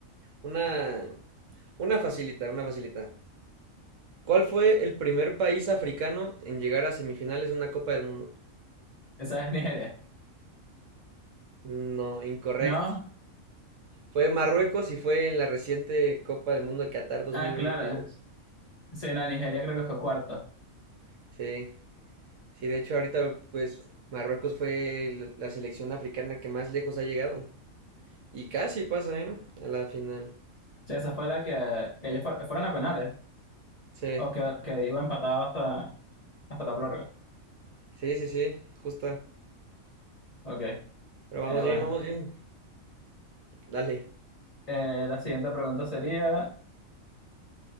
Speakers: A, on the right; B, on the left.
A: Una, una facilita, una facilita. ¿Cuál fue el primer país africano en llegar a semifinales de una Copa del Mundo?
B: Esa es Nigeria.
A: No, incorrecto.
B: ¿No?
A: Fue Marruecos y fue en la reciente Copa del Mundo de Qatar 2022.
B: Ah, claro. Sí, no, Nigeria creo que fue cuarto.
A: Sí, sí, de hecho ahorita pues Marruecos fue el- la selección africana que más lejos ha llegado. Y casi pasa, ¿eh? A la final.
B: Sí, esa fue la que, que ellos fuer- fueron a penales,
A: Sí.
B: o que, que iba empatado hasta, hasta la prórroga.
A: Sí, sí, sí, justa.
B: Ok, eh,
A: Pero vamos
B: bueno.
A: bien, vamos bien. Dale.
B: Eh, la siguiente pregunta sería...